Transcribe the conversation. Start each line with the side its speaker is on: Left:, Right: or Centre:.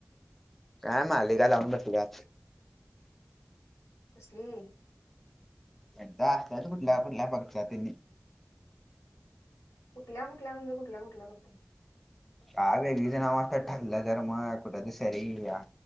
Centre: काय मालिका लावून बसलीया
Left: कसली.
Centre: एकदा असल्याच कुठल्या, कुठल्या पक्षात त्यांनी.
Left: कुठल्या, कुठल्या म्हणजे कुठल्या, कुठल्या करत
Centre: का वेगळीचं नावत ठरलं तर मग कुठ दु सरी का